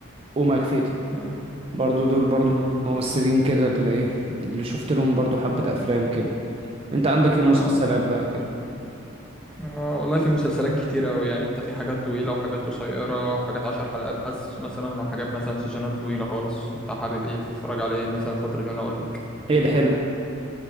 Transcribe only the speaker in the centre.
آه.
مم.
لا
آه والله في مسلسلات كتيرة أوي يعني أنت في حاجات طويلة وحاجات قصيرة حاجات عشر حلقات بس مثلا لو حاجات مثلا سيزونات طويلة خالص أنت حابب إيه تتفرج على إيه مثلا الفترة دي وأنا أقول لك